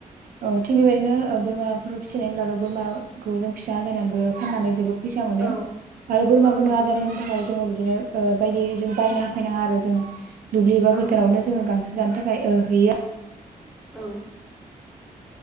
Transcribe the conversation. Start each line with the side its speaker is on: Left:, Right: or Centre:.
Right: ओ थिग बेबायदिनो ओ बोरमाफोर फिसिनाय होनब्लाथ' बोरमाखौ जों फिसा आजायनानैबो फाननानै जोबोद फैसा मोनो
Centre: औ
Right: आरो बोरमाफोरनो
Centre: औ नंगौ
Right: आदार
Centre: नोंथां
Right: होनो थाखाय जोङो बिदिनो ओ बायदि जों बायना होफायनाङा आरो जोङो दुब्लि एबा
Centre: औ
Right: बोथोरावनो
Centre: नंगौ
Right: जोङो गांसो जानो था खाय ओ हैैया
Centre: औ।